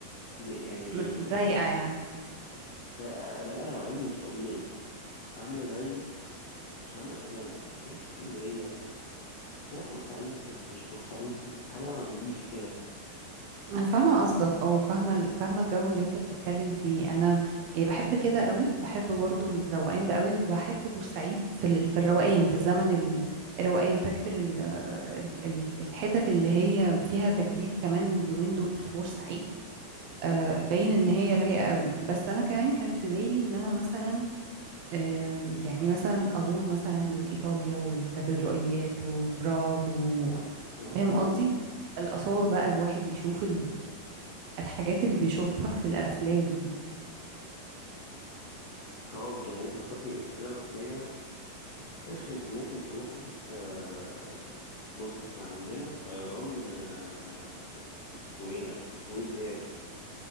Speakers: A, on the left (about 80°); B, on the right (about 80°).
A: ج- يعني
B: م- رايقة يعني
A: رايقه رايقة روقان مش طبيعي عامله زي مش عامله هي ما تحسهاش اسكندريه تحسيها بورسعيد بس مش بورسعيد بس حاجه على نضيف كده
B: أنا فاهمة قصدك اه فاهمة ال- فاهمة الجو اللي انت بتتكلم فيه انا يعني بحب كده قوي بحب برضو الروقان ده قوي وبحب بورسعيد في ال... في الروقان في الزمن ال- الروقان فاكر ال... ال... الحتت اللي هي فيها تجديد كمان اليومين دول في بورسعيد آه باين ان هي رايقة قوي بس انا كمان كان في بالي ان انا مثلا آم، يعني مثلا ازور مثلا ايطاليا والكاتدرائيات وبراغ و...
A: اه انت آه، اوكي
B: فاهم قصدي الآثار بقى الواحد يشوف الحاجات اللي بيشوفها في الافلام دي
A: براج يعني انت هتروحي انت كده محتاجه <clears throat> انت ممكن تروحي آه بصي احنا عندنا طيران آه اسمه ايه ده ويز اير